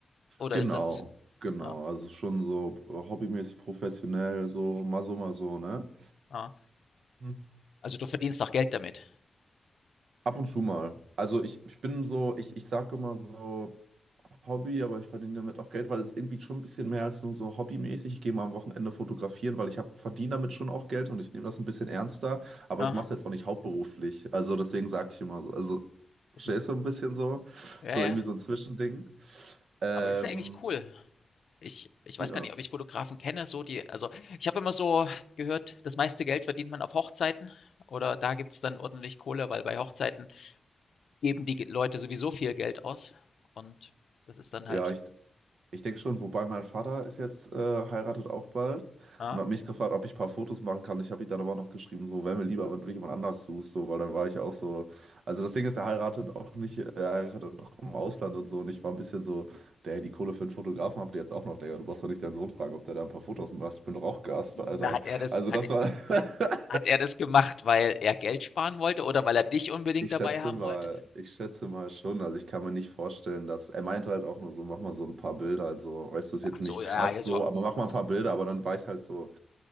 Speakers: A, on the left; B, on the right.
A: oder
B: Genau,
A: ist das,
B: genau.
A: ja,
B: Also schon so hobbymäßig professionell, so mal so, mal so, ne?
A: ja.
B: Hm.
A: Also du verdienst auch Geld damit.
B: Ab und zu mal. Also ich, ich bin so, ich, ich sage immer so Hobby, aber ich verdiene damit auch Geld, weil es irgendwie schon ein bisschen mehr als nur so hobbymäßig. Ich gehe mal am Wochenende fotografieren, weil ich hab, verdiene damit schon auch Geld und ich nehme das ein bisschen ernster, aber
A: Aha.
B: ich mache es jetzt auch nicht hauptberuflich. Also deswegen sage ich immer so, also verstehst
A: Ist ein-
B: du ein bisschen so,
A: Ja,
B: so
A: ja.
B: irgendwie so ein Zwischending. Ähm,
A: Aber ist ja eigentlich cool. Ich, ich weiß
B: ja,
A: gar nicht, ob ich Fotografen kenne, so die, also ich habe immer so gehört, das meiste Geld verdient man auf Hochzeiten oder da gibt es dann ordentlich Kohle, weil bei Hochzeiten geben die Ge- Leute sowieso viel Geld aus und das ist dann
B: ja,
A: halt,
B: ich. Ich denke schon, wobei mein Vater ist jetzt äh, heiratet auch bald
A: ja.
B: und hat mich gefragt, ob ich ein paar Fotos machen kann. Ich habe ihm dann aber noch geschrieben, so wäre mir lieber, wenn du jemand anders suchst, so, weil dann war ich auch so. Also das Ding ist, er heiratet auch nicht, äh, er heiratet auch im Ausland und so. Und ich war ein bisschen so, der die Kohle für einen Fotografen habt ihr jetzt auch noch, Digga. Du brauchst doch nicht deinen Sohn fragen, ob der da ein paar Fotos macht. Ich bin doch auch Gast, Alter.
A: Na, hat er das,
B: Also
A: hat,
B: das war. <laughs>
A: Hat er das gemacht, weil er Geld sparen wollte oder weil er dich unbedingt
B: Ich
A: dabei
B: schätze
A: haben
B: mal,
A: wollte?
B: ich schätze mal schon. Also ich kann mir nicht vorstellen, dass er meinte halt auch nur so, mach mal so ein paar Bilder. Also, weißt du, ist
A: Ach
B: jetzt
A: so,
B: nicht
A: ja,
B: krass
A: ja, ja, so
B: so, aber mach
A: aus
B: mal ein paar Bilder. Aber dann war ich halt so,